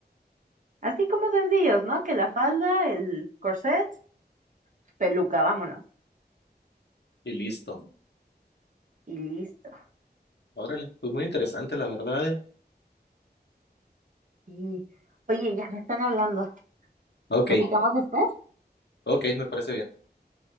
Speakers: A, on the right; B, on the left.
A: Así como sencillos, ¿no? Que la falda, el corset, peluca, vámonos.
B: Y listo.
A: Y listo.
B: Órale. Pues muy interesante, la verdad. ¿eh?
A: Sí. Oye, ya me están hablando.
B: Ok,
A: ¿Platicamos después?
B: ok, me parece bien.